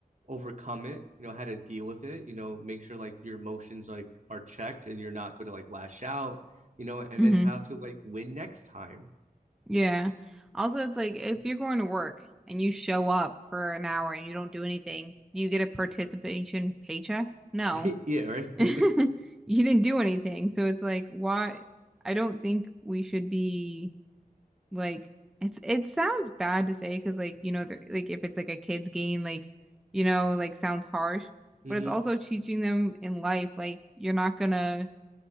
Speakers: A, on the right; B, in the centre.
A: overcome it, you know, how to deal with it, you know, make sure like your emotions like are checked and you're not going to like lash out, you know, and
B: hmm
A: then how to like win next time.
B: Yeah. Also, it's like if you're going to work and you show up for an hour and you don't do anything, do you get a participation paycheck? No.
A: <laughs> Yeah, right.
B: <laughs> You didn't do anything. So it's like, why? I don't think we should be like it's it sounds bad to say because like, you know, they're- like if it's like a kid's game, like, you know, like sounds harsh,
A: <laughs>
B: but
A: hmm
B: it's also teaching them in life like you're not gonna